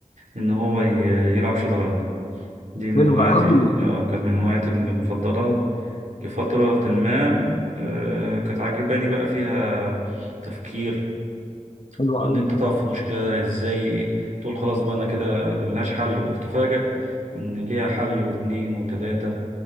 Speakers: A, on the right (about 70°); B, on the left (about 55°).
A: ان هو ي- يلعب شطرنج دي من
B: حلوه
A: هواياتي
B: قوي
A: اه كانت من هواياتي المفضلة لفترة ما آه، كانت عاجباني بقى فيها تفكير
B: حلوه
A: وان
B: قوي
A: انت تقف في مشكلة ازاي تقول خلاص بقى انا كده ده ملهاش حل وتفاجأ ان ليها حل واتنين وتلاتة